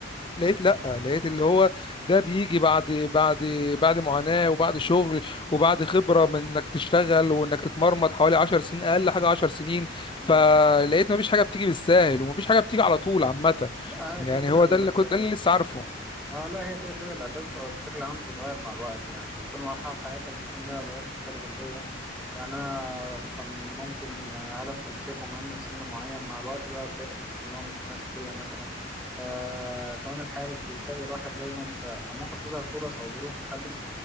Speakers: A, on the left; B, in the centre.
A: لقيت
B: مم.
A: لا لقيت اللي هو ده بيجي بعد بعد بعد معاناة وبعد شغل وبعد خبرة من انك تشتغل وانك تتمرمط حوالي 10 سنين اقل حاجة 10 سنين
B: مم.
A: فلقيت مفيش حاجة بتيجي بالساهل ومفيش حاجة بتيجي على طول عامة
B: لا
A: يعني
B: هي كده كده
A: هو
B: ال-
A: ده اللي
B: اه
A: كنت ده اللي لسه عارفه
B: آه، لا هي كده كده الاهداف آه، بشكل عام بتتغير مع الوقت يعني كل مرحلة في حياتك بيكون لها اولويات مختلفة شوية يعني انا كان ممكن هدف كنت شايفه مهم في سن معين مع الوقت بقى بقيت اكتشف ان هو مش مناسب ليا مثلا آه كمان الحياة بت- بتفاجئ الواحد دايما ف- فممكن تظهر فرص او ظروف تخليك